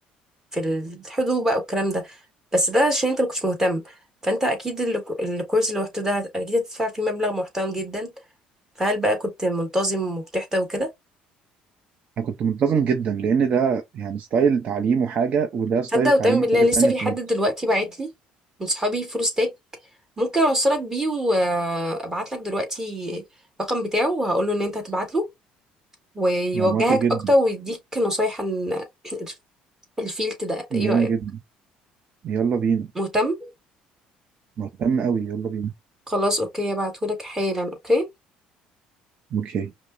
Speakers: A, on the right; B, on the right.
A: في الحضور بقى والكلام ده بس ده عشان انت ما كنتش مهتم فانت اكيد ال- الكورس اللي رحته ده هت- اكيد هتدفع فيه مبلغ محترم جدا فهل بقى كنت منتظم وبتحضر وكده
B: أنا كنت منتظم جدا لأن ده يعني ستايل تعليم وحاجة وده ستايل
A: تصدق
B: تعليم
A: وتؤمن بالله
B: وحاجة
A: لسه
B: تانية
A: في حد
B: خالص
A: دلوقتي بعت لي من صحابي فول ستيك ممكن اوصلك بيه وابعت لك دلوقتي الرقم بتاعه وهقول له ان انت هتبعت له ويوجهك
B: يعني موافق جدا
A: اكتر ويديك نصايح عن <clears throat> الفيلد ده
B: جامد
A: ايوه ايوه
B: جدا يلا بينا
A: مهتم
B: مهتم قوي يلا بينا
A: خلاص اوكي هبعتهولك حالا اوكي
B: اوكي